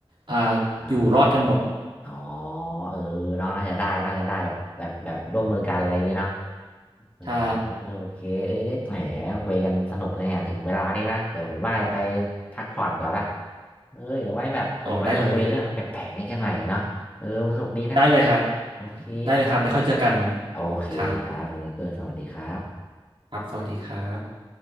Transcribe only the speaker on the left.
อ่า
อ๋อเออเนาะน่าจะได้น่าจะได้แบบแบบแบบร่วมมือกันอะไรอย่างงี้เนาะ เออ
โอเคเอ้ยแหมคุยกันสนุกเลยเนี่ยถึงเวลานี้ละเดี๋ยวผมว่าจะไปพักผ่อนก่อนละเอ้ยเดี๋ยวไว้แบบเออไว้มาคุยเรื่องแปลกๆนี้กันหน่อยเนาะเออสนุกดีนะ
โอเคครับ
โอเคครับเมเนเกอร์สวัสดีครับ